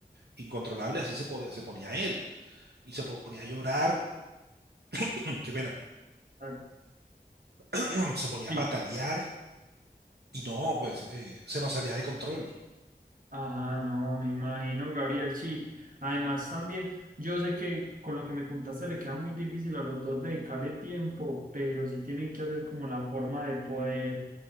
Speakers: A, on the right; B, on the right.
A: incontrolable, así se, po- se ponía él y se ponía a llorar, <clears throat> qué pena,
B: Ah,
A: <clears throat> se ponía
B: Sí,
A: a patalear y no, pues eh, se nos salía de control.
B: Ajá, no, me imagino, Gabriel, sí. Además, también, yo sé que con lo que me contaste le queda muy difícil a los dos dedicarle tiempo, pero sí tienen que hacer como la forma de poder.